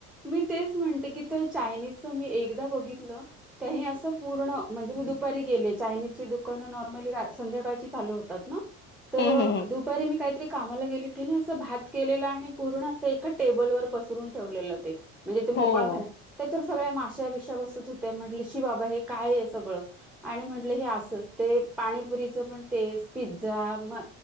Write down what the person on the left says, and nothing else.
हम्म हम्म
हो.